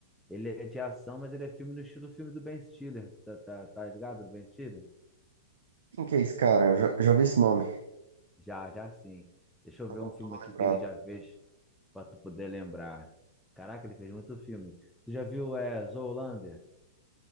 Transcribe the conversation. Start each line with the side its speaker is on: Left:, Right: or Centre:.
Centre: Ele é de ação, mas ele é filme no estilo filme do Ben Stiller. Tá, tá, tá ligado do Ben Stiller?
Right: Quem que é esse cara? Eu já, já vi esse nome.
Centre: Já, já sim. Deixa eu ver um
Right: Não
Centre: filme
Right: tô
Centre: aqui
Right: lembrado.
Centre: que ele já fez pra tu poder lembrar. Caraca, ele fez muito filme. Tu já viu é, Zoolander?